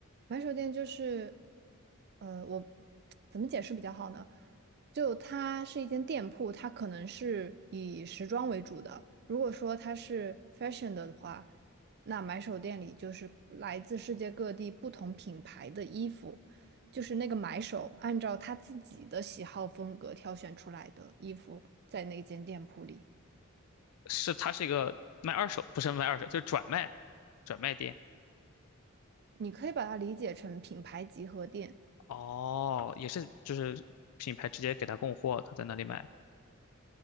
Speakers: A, on the right; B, on the left.
A: 买手店就是，呃，我怎么解释比较好呢？就它是一间店铺，它可能是以时装为主的。如果说它是 fashion 的话，那买手店里就是来自世界各地不同品牌的衣服，就是那个买手按照他自己的喜好风格挑选出来的衣服，在那间店铺里，
B: 是它是一个卖二手，不是卖二手，就是转卖转卖店。
A: 你可以把它理解成品牌集合店。
B: 哦，也是，就是品牌直接给他供货，他在那里买。